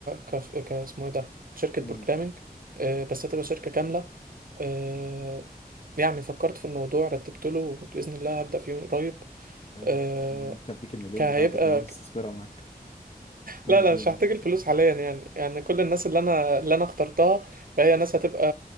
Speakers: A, on the right; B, on the left.
A: ك ك اسمه ايه ده شركه
B: امم
A: بروجرامنج آه، بس هتبقى شركه كامله آه، يعني فكرت في الموضوع رتبت له باذن الله هبدا فيه قريب
B: حلو
A: آه،
B: أنا ممكن اديك المليون
A: ك- هيبقى
B: بتاعتي كمان استثمرها معاك 2
A: لا
B: مليون
A: لا مش هحتاج الفلوس حاليا يعني يعني كل الناس اللي انا اللي انا اخترتها فهي ناس هتبقى